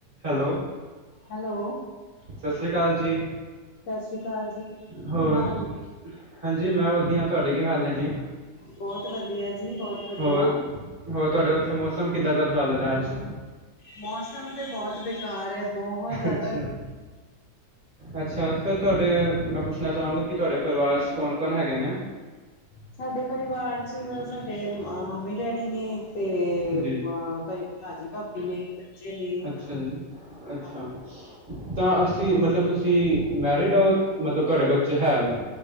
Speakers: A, on the right; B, on the left.
A: Hello
B: hello
A: ਸਤਿ ਸ਼੍ਰੀ ਅਕਾਲ ਜੀ
B: ਸਤਿ ਸ੍ਰੀ ਅਕਾਲ ਜੀ
A: ਹੋਰ
B: ਕੀ ਹਾਲ ਨੇ
A: ਹਾਂਜੀ ਮੈਂ ਵਧੀਆ ਤੁਹਾਡੇ ਕੀ ਹਾਲ ਨੇ ਜੀ
B: ਬਹੁਤ ਵਧੀਆ ਜੀ ਬਹੁਤ ਵਧੀਆ
A: ਹੋਰ ਹੋਰ ਤੁਹਾਡਾ ਉੱਥੇ ਮੌਸਮ ਕਿੱਦਾਂ ਦਾ ਚੱਲ ਰਿਹਾ ਅੱਜ
B: ਮੌਸਮ ਤੇ ਬਹੁਤ ਬੇਕਾਰ ਹੈ ਬਹੁਤ ਜਿਆਦਾ
A: ਅੱਛਾ
B: ਗ
A: ਅੱਛਾ ਫਿਰ ਤੁਹਾਡੇ ਮੈਂ ਪੁੱਛਣਾ ਚਾਵਾਂਗਾ ਕਿ ਤੁਹਾਡੇ ਪਰਿਵਾਰ 'ਚ ਕੌਣ ਕੌਣ ਹੈਗੇ ਨੇ।
B: ਸਾਡੇ ਪਰਿਵਾਰ ਚ ਸਾਡੇ ਮੰਮੀ ਡੈਡੀ ਨੇ, ਤੇ
A: ਜੀ
B: ਅ ਪਰ ਭਾਜੀ ਭਾਬੀ ਨੇ ਬੱਚੇ ਨੇ
A: ਅੱਛਾ ਜੀ ਅੱਛਾ
B: ਹਾਂ
A: ਤਾਂ ਅਸੀਂ ਮਤਲਬ ਤੁਸੀਂ ਮੈਰਿਡ ਹੋ ਮਤਲਬ ਤੁਹਾਡੇ ਬੱਚੇ ਹੈ ਨੇ